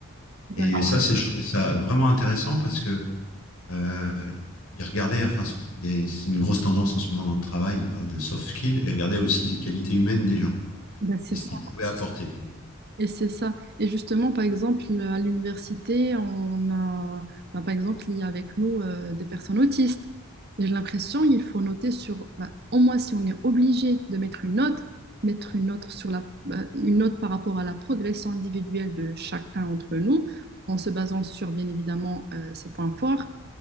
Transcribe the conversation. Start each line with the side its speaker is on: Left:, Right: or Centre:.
Left: Et
Right: D'accord.
Left: ça, c'est, je trouvais ça vraiment intéressant parce que euh, il regardait, enfin, c'est une grosse tendance en ce moment dans le travail, il parle de soft skills et il regardait aussi les qualités humaines des gens
Right: Ben, c'est
Left: et ce
Right: ça.
Left: qu'ils pouvaient apporter.
Right: Et c'est ça. Et justement, par exemple, à l'université, on a, ben, par exemple, il y a avec nous euh, des personnes autistes. Et j'ai l'impression qu'il faut noter sur, ben, au moins si on est obligé de mettre une note, mettre une note sur la, ben, une note par rapport à la progression individuelle de chacun entre nous, en se basant sur, bien évidemment, euh, ses points forts,